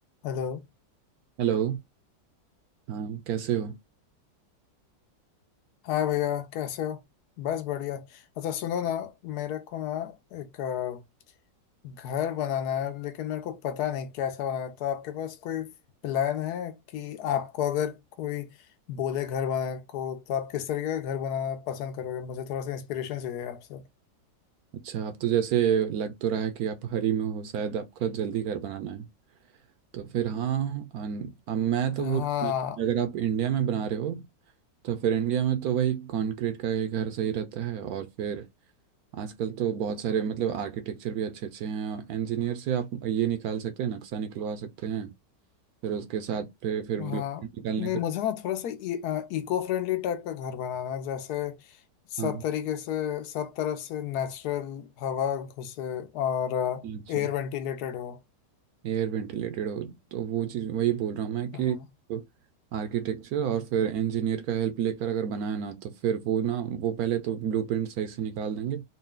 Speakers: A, on the left (about 70°); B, on the right (about 70°).
A: हेलो
B: Hello हाँ कैसे हो
A: हाँ भैया कैसे हो बस बढ़िया अच्छा सुनो ना मेरे को ना एक अ, घर बनाना है लेकिन मेरे को पता नहीं कैसा बनाना है तो आपके पास कोई प्लान है कि आपको अगर कोई बोले घर बनाने को तो आप किस तरीके का घर बनाना पसंद करोगे मुझे थोड़ा सा इंस्पिरेशन चाहिए आपसे
B: अच्छा आप तो जैसे लग तो रहा है कि आप हरी में हो शायद आपका जल्दी घर बनाना है तो फिर हाँ अन- अब मैं तो
A: हाँ
B: वो अगर आप इंडिया में बना रहे हो तो फिर इंडिया में तो वही कंक्रीट का ही घर सही रहता है और फिर आजकल तो बहुत सारे मतलब आर्किटेक्चर भी अच्छे अच्छे हैं इंजीनियर से आप ये निकाल सकते हैं नक्शा निकलवा सकते हैं फिर उसके साथ फिर फिर
A: हाँ
B: ब्लूप्रिंट निकालने
A: नहीं
B: के
A: मुझे ना थोड़ा सा इको फ्रेंडली टाइप का घर बनाना है जैसे सब
B: हाँ
A: तरीके से सब तरफ से नेचुरल हवा घुसे और
B: अच्छा
A: एयर वेंटिलेटेड हो
B: एयर वेंटिलेटेड हो तो वो चीज़ वही बोल रहा हूँ मैं कि
A: हाँ
B: आर्किटेक्चर और फिर इंजीनियर का हेल्प लेकर अगर बनाया ना तो फिर वो ना वो पहले तो ब्लूप्रिंट सही से निकाल देंगे